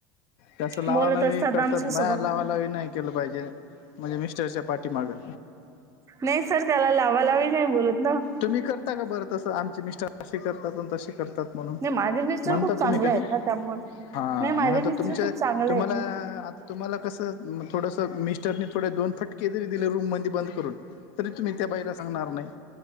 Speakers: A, on the left; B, on the right.
A: तसं लावालावी
B: बोलत असतात
A: करतात,
B: आमच्यासोबत
A: ना बाया लावालावी नाही. केलं पाहिजे, म्हणजे मिस्टरच्या पाठी मागं.
B: नाही सर त्याला, लावा लावी नाही बोलत ना.
A: तुम्ही करता का बरं तसं आमचे, मिस्टर असे करतात अन तसे करतात. म्हणून
B: नाही माझे मिस्टर
A: म्हणता
B: खूप चांगले
A: तुम्ही कधी.
B: आहेत ना त्यामुळे
A: हा,
B: नाही माझे
A: मग आता
B: मिस्टर
A: तुमचे
B: खूप चांगले
A: तुम्हाला
B: आहेत ना
A: आता. तुम्हाला कसं थोडंसं मिस्टरनी थोडं, दोन फटके तरी दिले रूम मध्ये बंद करून. तरी तुम्ही त्या बाईला सांगणार नाही.